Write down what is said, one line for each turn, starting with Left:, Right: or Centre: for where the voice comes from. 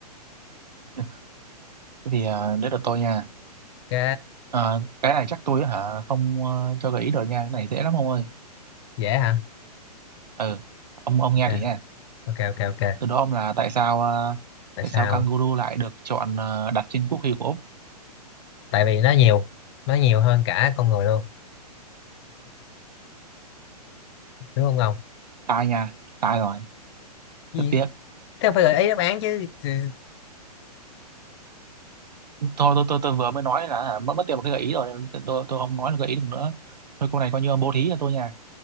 Right: <laughs> thế thì à, đấy là tôi nha
Left: ok
Right: Ờ, cái này chắc tôi á hả không ờ, cho gợi ý được nha cái này dễ lắm ông ơi
Left: dễ hả
Right: ừ ông ông nghe
Left: ok
Right: thử nha
Left: ok ok ok
Right: từ đó ông là tại sao ờ,
Left: tại
Right: tại
Left: sao
Right: sao kangaroo lại được chọn ờ, đặt trên quốc huy của Úc
Left: tại vì nó nhiều nó nhiều hơn cả con người luôn đúng không Ngọc?
Right: sai nha sai rồi
Left: gì
Right: rất tiếc
Left: thế không phải gợi ý đáp án chứ Thì-
Right: thôi tôi tôi tôi vừa mới nói là hả, mất mất tiền một cái gợi ý rồi nên tôi tôi tôi không nói được gợi ý được nữa thôi cô này coi như ông bố thí cho tôi nha